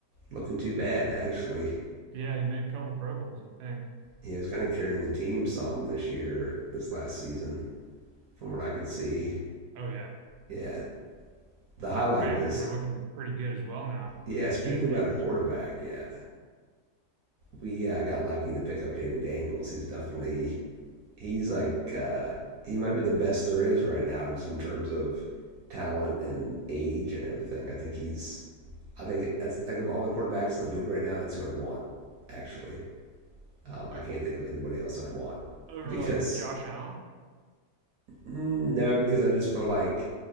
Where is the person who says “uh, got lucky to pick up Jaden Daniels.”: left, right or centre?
Right